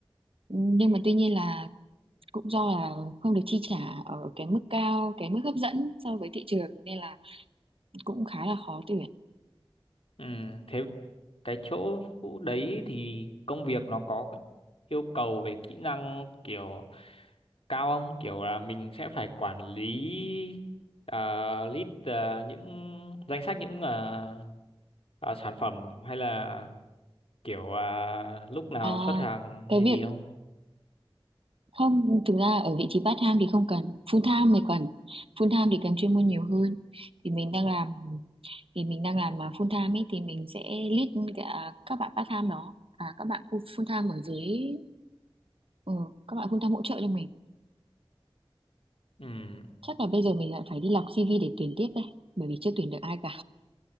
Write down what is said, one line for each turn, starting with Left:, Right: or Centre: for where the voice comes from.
Right: nhưng mà tuy nhiên là cũng do là không được chi trả ở cái mức cao cái mức hấp dẫn so với thị trường nên là cũng khá là khó tuyển
Left: Ừ. Thế cái chỗ Vũ đấy thì công việc nó có yêu cầu về kỹ năng kiểu cao không kiểu là mình sẽ phải quản lý ờ, list ờ, những danh sách những ờ, ờ, sản phẩm hay là kiểu ờ, lúc nào
Right: à
Left: xuất hàng
Right: cái
Left: hay
Right: việc
Left: gì không
Right: không thực ra ở vị trí part time thì không cần full time mới cần full time thì cần chuyên môn nhiều hơn thì mình đang làm thì mình đang làm à, full time ấy thì mình sẽ lead cả các bạn part time đó à các bạn full full time ở dưới ừ, các bạn full time hỗ trợ cho mình
Left: ừ
Right: chắc là bây giờ mình lại phải đi lọc CV để tuyển tiếp đây bởi vì chưa tuyển được ai cả